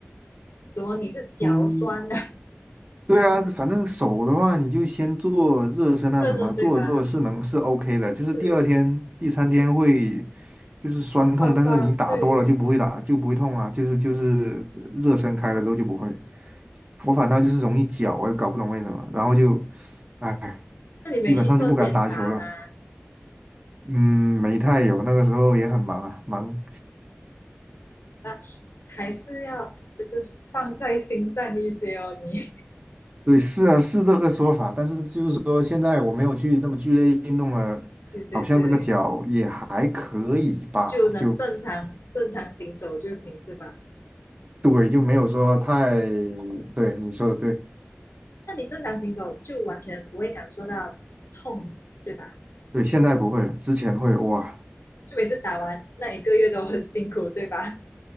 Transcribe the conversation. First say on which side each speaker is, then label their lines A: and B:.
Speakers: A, on the left; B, on the right.
A: 怎么你是脚酸的？
B: 嗯，对啊，反正手的话，你就先做热身啊，
A: <laughs> 热身对吧？
B: 什么做着做着是能是 OK 的，就是第二天、
A: 对，
B: 第三天会就是酸痛，
A: 酸酸对。
B: 但是你打多了就不会打，就不会痛啊，就是就是热身开了之后就不会。我反倒就是容易脚啊，我也搞不懂为什么，然后就，哎，
A: 那你没去做检查吗？
B: 基本上就不敢打球了。嗯，没太有，那个时候也很忙啊，忙
A: 那还是要就是放在心上一些哦，你
B: 对，是啊，是这个说法，但是就是说，现在我没有去那么剧烈运动了，
A: <laughs> 对对对，
B: 好像这个脚也还可以吧，
A: 就能正常正常行走就行是吧？
B: 就对，就没有说太，对，你说的对，
A: 那你正常行走就完全不会感受到痛，对吧？
B: 对，现在不会了，之前会，哇，
A: 就每次打完那一个月都很辛苦，对吧？